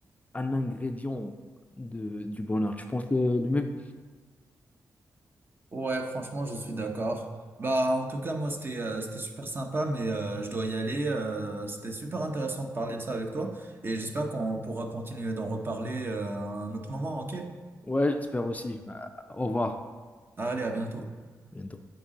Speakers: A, on the left (about 20°); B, on the right (about 35°).
A: un ingrédient de, du bonheur. Tu penses le le même?
B: Ouais, franchement, je suis d'accord. Bah, en tout cas, moi, c'était euh, c'était super sympa, mais euh, je dois y aller. Euh, c'était super intéressant de parler de ça avec toi, et j'espère qu'on pourra continuer d'en reparler euh, à un autre moment, ok?
A: Ouais, j'espère aussi. Euh, Au revoir.
B: Allez, à bientôt.
A: À bientôt.